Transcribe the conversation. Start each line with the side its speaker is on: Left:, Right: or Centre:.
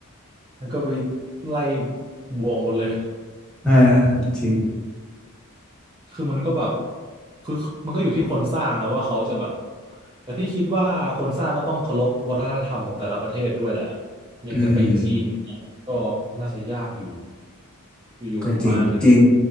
Right: แล้วก็ไปไล่บวกหมดเลย
Centre: ๆเออจริง
Right: คือมันก็แบบคือมันก็อยู่ที่คนสร้างนะว่าเขาจะแบบแต่พี่คิดว่าคนสร้างก็ต้องเคารพวัฒนธรรมของแต่ละประเทศด้วยแหละอย่างจะไปจีนเนี่ยก็น่าจะยากอยู่
Centre: อืม
Right: อยู่ๆมาถึง
Centre: ก็จริงจีน